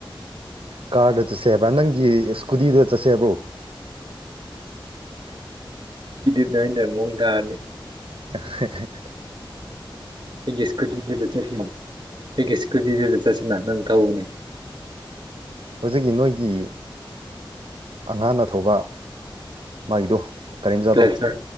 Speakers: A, on the right; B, on the right.
A: ꯀꯥꯔꯗ ꯆꯠꯁꯦ ꯍꯥꯏꯕ꯭ꯔꯥ ꯅꯪꯒꯤ ꯏꯁꯀꯨꯇꯤꯗꯨꯗ ꯆꯠꯁꯦ ꯍꯥꯏꯕ꯭ꯔꯣ
B: ꯅꯣꯏꯅꯦ ꯃꯗꯅꯤ
A: ꯑ
B: ꯑꯩꯒꯤꯁꯀꯨꯗ ꯆꯠꯣ ꯄꯒꯦꯁꯀꯨꯗꯤꯗꯦ ꯆꯁꯤꯦꯅ ꯅꯪꯊꯧꯥꯎꯅꯤ
A: ꯍꯧꯖꯤꯛꯀꯤ ꯅꯣꯏꯒꯤ ꯑꯉꯥꯡꯅ ꯊꯧꯕ ꯃꯥꯒꯤꯗꯣ ꯀꯔꯤꯝꯆꯥꯥꯗꯣ
B: ꯄ꯭ꯂꯦꯁꯔ